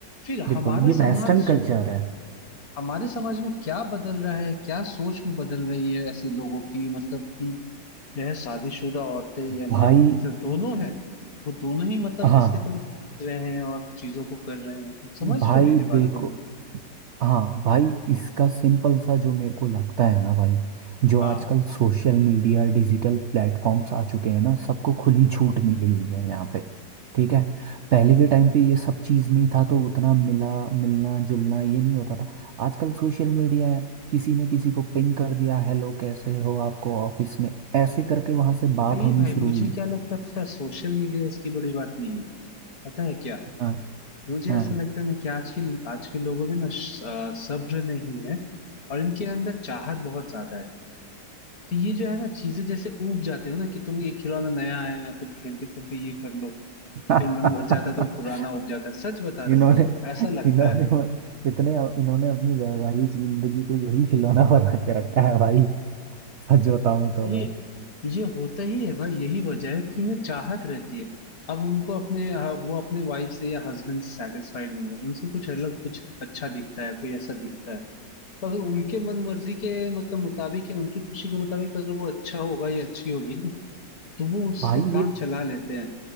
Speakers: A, on the left; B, on the right.
A: फिर
B: बिल्कुल
A: हमारा
B: ये
A: समाज
B: वेस्टर्न कल्चर है
A: हमारे समाज में क्या बदल रहा है क्या सोच में बदल रही है ऐसे लोगों की मतलब कि जो है शादीशुदा औरतें या मर्द
B: भाई
A: जो दोनों है वो दोनों ही मतलब
B: हाँ
A: इसके तरफ खींच रहे हैं और चीजों को कर रहे हैं मतलब समझ
B: भाई
A: रहे हो मेरी बात
B: देखो
A: तुम
B: हाँ भाई इसका सिंपल सा जो मेरे को लगता है ना भाई जो
A: हाँ
B: आजकल सोशल मीडिया डिजिटल प्लेटफॉर्म्स आ चुके हैं ना सबको खुली छूट मिली हुई है यहाँ पे ठीक है पहले के टाइम पे ये सब चीज़ नहीं था तो उतना मिला मिलना जुलना ये नहीं होता था आजकल सोशल मीडिया है किसी ने किसी को पिंग कर दिया हेलो कैसे हो आपको ऑफिस में ऐसे करके वहां से बात
A: नहीं
B: होनी
A: भाई मुझे
B: शुरू हुई
A: क्या लगता है पता है सोशल मीडिया इसकी बड़ी बात नहीं है पता है क्या
B: हाँ
A: मुझे
B: हाँ
A: ऐसा लगता है ना कि आज के आज के लोगों में ना श- अ, सब्र नहीं है और इनके अंदर चाहत बहुत ज्यादा है तो ये जो है ना चीजें जैसे ऊब जाते हो ना कि तुम ये खिलौना नया आया है तुम खेलते खेलते ये कर लो
B: <laughs>
A: फिर मन भर जाता है तो वो पुराना ऊब जाता है सच बता रहा
B: इन्होंने
A: हूँ ऐसा लगता
B: इन्होंने
A: है
B: इतने इन्होंने अपनी वैवाहिक जिंदगी को यही खिलौना <laughs> बना के रखा है भाई सच बताऊं तो
A: अरे
B: मैं
A: ये होता ही है भाई यही वजह है कि इन्हें चाहत रहती है अब उनको अपने हाँ, वो अपने वाइफ से या हस्बैंड से सेटिस्फाइड नहीं है उनसे कुछ अलग कुछ अच्छा दिखता है कोई ऐसा दिखता है तो अगर उनके मन मर्जी के मतलब मुताबिक या उनकी खुशी के मुताबिक अगर वो अच्छा होगा या अच्छी होगी ना तो वो उससे
B: भाई
A: काम
B: ये
A: चला लेते हैं